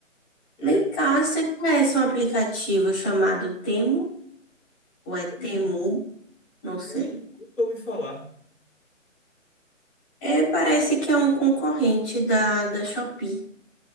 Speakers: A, on the left; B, on the left.
A: Eu
B: Vem cá, você conhece um aplicativo chamado Temu? Ou é Temu?
A: temo,
B: Não sei.
A: eu nunca ouvi falar.
B: É, parece que é um concorrente da, da Shopee.